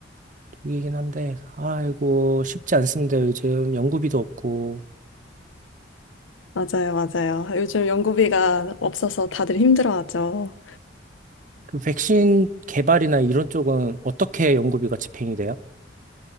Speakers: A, on the right; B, on the left.
A: 두 개긴 한데, 아이고, 쉽지 않습니다, 요즘. 연구비도 없고.
B: 맞아요, 맞아요. 요즘 연구비가 없어서 다들 힘들어하죠.
A: 그 백신 개발이나 이런 쪽은 어떻게 연구비가 집행이 돼요?